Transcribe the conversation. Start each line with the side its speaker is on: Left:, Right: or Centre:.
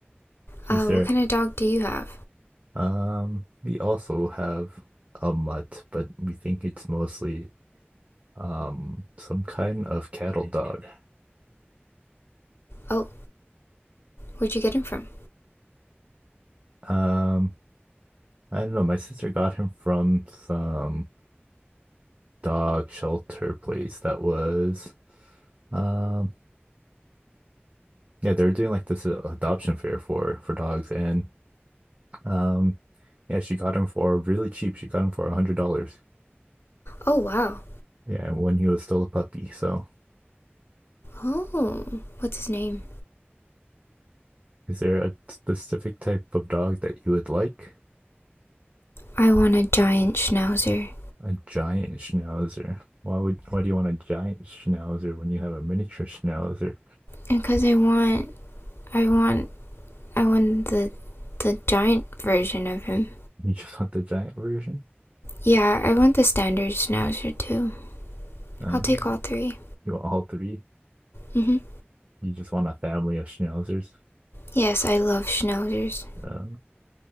Right: Is
Left: Uh,
Right: there?
Left: what kind of dog do you have?
Right: Um, we also have a mutt, but we think it's mostly um some kind of cattle dog.
Left: Oh, where'd you get him from?
Right: Um, I don't know. My sister got him from some dog shelter place that was Um, yeah, they were doing like this uh, adoption fair for for dogs, and um, yeah, she got him for really cheap. She got him for a hundred dollars.
Left: Oh, wow.
Right: Yeah, when he was still a puppy. So,
Left: Oh, what's his name?
Right: is there a specific type of dog that you would like?
Left: I want a giant schnauzer.
Right: A giant schnauzer. Why would why do you want a giant schnauzer when you have a miniature schnauzer?
Left: And cuz I want I want I want the the giant version of him.
Right: You just want the giant version?
Left: Yeah, I want the standard schnauzer too.
Right: Uh,
Left: I'll take all 3.
Right: you want all three?
Left: Mhm.
Right: You just want a family of schnauzers?
Left: Yes, I love schnauzers.
Right: Uh,